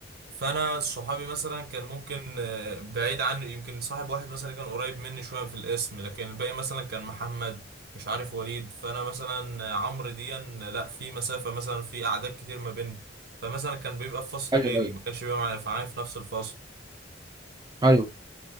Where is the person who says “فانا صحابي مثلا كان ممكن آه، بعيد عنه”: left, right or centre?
Right